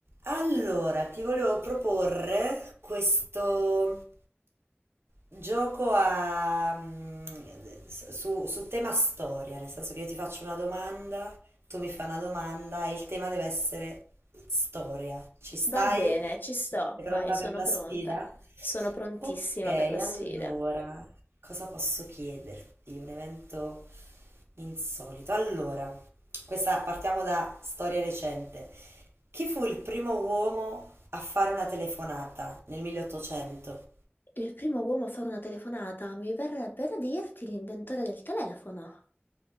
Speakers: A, on the right (about 80°); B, on the left (about 55°).
A: Allora, ti volevo proporre questo gioco a, mm, su, su tema storia, nel senso che io ti faccio una domanda, tu mi fai una domanda e il tema deve essere storia. Ci stai?
B: Va bene, ci sto,
A: Sei pronta
B: vai, sono
A: per la
B: pronta.
A: sfida?
B: Sono prontissima
A: Ok,
B: per la sfida.
A: allora, cosa posso chiederti? Un evento insolito. Allora, questa partiamo da storia recente. Chi fu il primo uomo a fare una telefonata nel 1800?
B: Il primo uomo a fare una telefonata, mi verrebbe da dirti l'inventore del telefono.